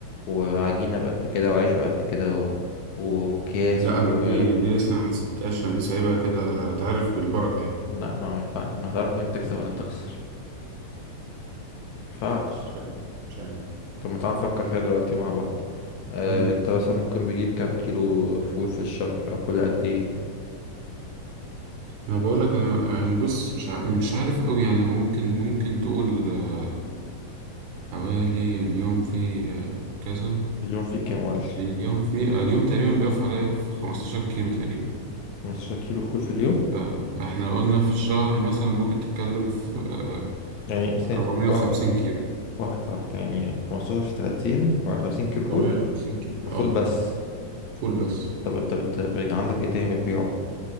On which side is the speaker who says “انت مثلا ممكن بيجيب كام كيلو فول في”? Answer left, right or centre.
Left